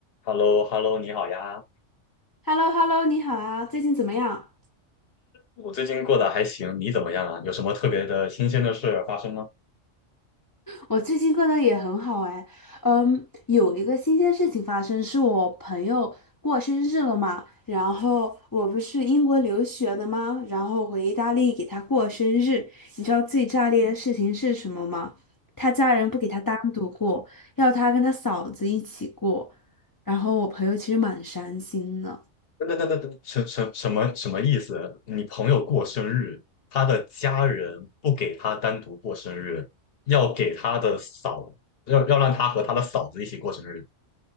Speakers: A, on the left; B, on the left.
A: h e l l o h e l l o 你好呀，
B: h e l l o h e l l o 你好啊，最近怎么样？
A: 我最近过得还行，你怎么样啊？有什么特别的新鲜的事发生吗？
B: 我最近过得也很好哎，嗯，有一个新鲜事情发生，是我朋友过生日了嘛，然后我不是英国留学的吗？然后回意大利给他过生日，你知道最炸裂的事情是什么吗？他家人不给他单独过，要他跟他嫂子一起过，然后我朋友其实蛮伤心的。
A: 等等等等等，什什什么什么意思？你朋友过生日，他的家人不给他单独过生日，要给他的嫂，要要让他和他的嫂子一起过生日。